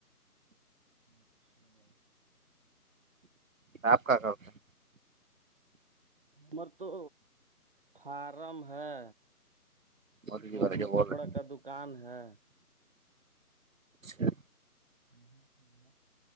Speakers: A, on the right (about 35°); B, on the right (about 55°).
A: اچھا بھائی
B: سابپ کااتا <unintelligible>
A: ہمر تو فارم ہے
B: مودی جی
A: روڈ
B: والے
A: میں
B: جو بول
A: کپڑا
B: رہے
A: کا دکان ہے
B: ہیں
A: ہ ہ <inaudible>